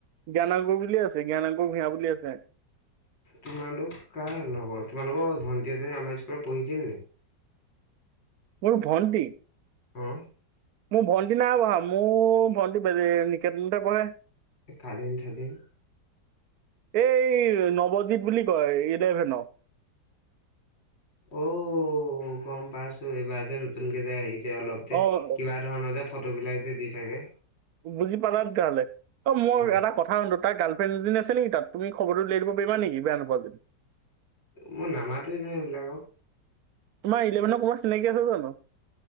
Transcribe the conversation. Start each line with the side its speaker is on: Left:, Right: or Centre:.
Right: জ্ঞানাগো বুলি আছে জ্ঞানাগো ভূঞা বুলি আছে।
Left: তোমালোক কাৰ লগৰ? তোমালোকৰ ভন্টি এজনী আমাৰ স্কুলত পঢ়িছিল নি?
Right: মোৰ ভণ্টি?
Left: অহ।
Right: মো ভণ্টি নাই পঢ়া। মো ভণ্টি নিকেতনতে পঢ়ে।
Left: এ কালি লিখাই দিম
Right: এই নৱজিত বুলি কয় ইলেভেন ন।
Left: ঔ গম পাইছো এইবাৰ যে নতুনকে যে আহিছে যে অলপ কে
Right: অ
Left: কিবা ধৰণৰ যে ফটো বিলাক যে দি থাকে।
Right: বুজি পালা তেতিয়া হ'লে। অহ মই
Left: অ'
Right: এটা কথা শুধো তাৰ গাৰ্লফ্ৰেণ্ড এজনী আছে নেকি তাত? তুমি খবৰটো ল দিব পাৰিবা নেকি বেয়া নাপোৱা যদি?
Left: মই নামাতোৱে নহয় এইবিলাকক।
Right: তোমাৰ ইলেভন কবা চিনাকি আছে জানো?